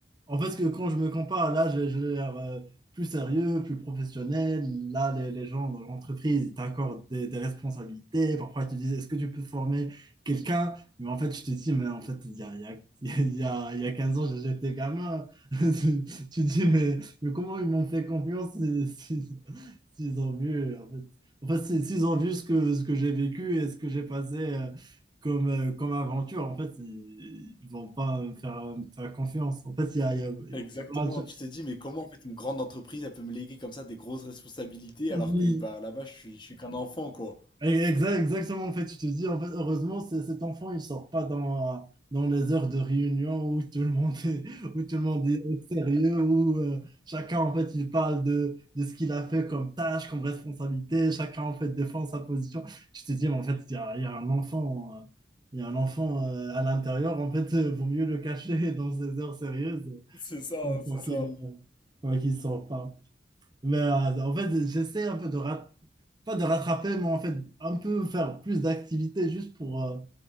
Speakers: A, on the right (about 25°); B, on the left (about 25°).
A: en fait, que quand je me compare, là, j'ai j'ai l'air euh, plus sérieux, plus professionnel. Là, les, les gens dans l'entreprise, ils t'accordent des, des responsabilités. Parfois, ils te disent, est-ce que tu peux former quelqu'un? Mais en fait, je te dis, mais en fait, il y a, il y a, <laughs> il y a, il y a 15 ans, j'étais gamin. <laughs> Tu, tu dis, mais, mais comment ils m'ont fait confiance si- si- s'ils ont vu, en fait, en fait, si- s'ils ont vu ce que, ce que j'ai vécu et ce que j'ai passé. euh, comme, euh, comme aventure, en fait, ils ne vont pas me faire, me faire confiance. En fait, il y a, il y a- il
B: Exactement,
A: y a pas-
B: tu t'es dit, mais comment en fait une grande entreprise elle peut me léguer comme ça des grosses responsabilités
A: Oui.
B: alors que bah là-bas je suis, je suis qu'un enfant quoi.
A: Exa- exactement, en fait, tu te dis, en fait, heureusement, c'est- cet enfant, il sort pas dans, euh, dans les heures de réunion où tout le monde est, <laughs> où tout le monde est sérieux, où euh, chacun, en fait, il parle de, de ce qu'il a fait comme tâche, comme responsabilité, chacun, en fait, défend sa position. Tu te dis, mais en fait, il y a, il y a un enfant, euh, il y a un enfant euh, à l'intérieur, en fait, euh, vaut mieux le cacher <laughs> dans ces heures sérieuses.
B: C'est ça,
A: Pour
B: c'est ça.
A: qu'il pour qu'il s'en Mais euh, en fait, j'essaie un peu de rat- pas de rattraper, mais en fait, un peu faire plus d'activités juste pour, euh,